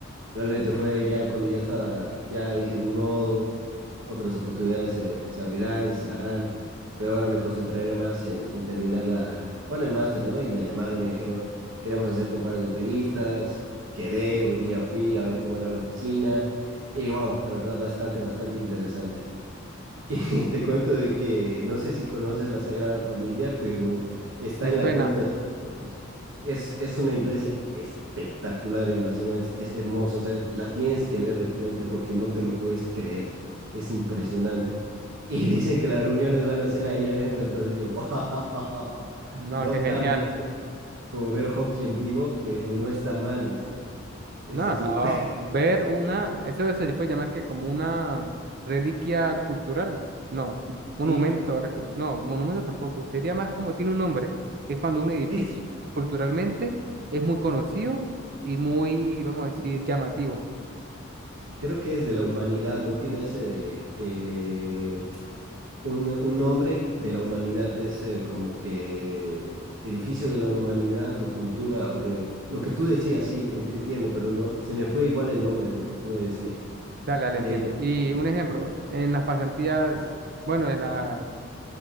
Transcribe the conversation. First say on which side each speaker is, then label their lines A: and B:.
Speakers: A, on the right; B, on the right.
A: realmente fue ya cuando ya estaba, ya dije, ni modo, otras oportunidades se, se abrirán, se harán, pero ahora me concentraré más en, en terminar la, bueno, el máster, ¿no? Y me llamaron, me dijeron, queremos hacerte un par de entrevistas, quedé, hoy día fui a ver cómo era la oficina y wow, la verdad bastante, bastante interesante. <laughs> Y te cuento de que no sé si conoces la Sagrada Familia, pero está
B: Me
A: en
B: suena.
A: la cuenta pues, Es, es una iglesia espectacular en Barcelona, es, es hermosa, o sea, la tienes que ver de frente porque no te lo puedes creer, es impresionante. Y <laughs> dicen que las reuniones van a ser ahí adentro, entonces yo, <laughs> wow,
B: No,
A: no
B: qué genial.
A: tan bien como ver hockey en vivo, pero no está mal, o sea, es
B: No,
A: así.
B: no,
A: <laughs>
B: ver una, eso se puede llamar que como una reliquia cultural, no, monumento,
A: Y
B: recu- no, monumento tampoco, sería más como tiene un nombre, es cuando un edificio
A: es-
B: culturalmente es muy conocido y muy, vamos a decir, llamativo.
A: creo que es de la humanidad, ¿no? Tiene ese de, eh, un, un nombre de la humanidad, es eh, como que edificio de la humanidad o cultura, o re- lo que tú decías, sí, ent- entiendo, pero no, se me fue igual el nombre de lo que tú me decías.
B: Dale, dale, entiendo.
A: Eh, mo-
B: Y un ejemplo, en las pasantías, bueno, en las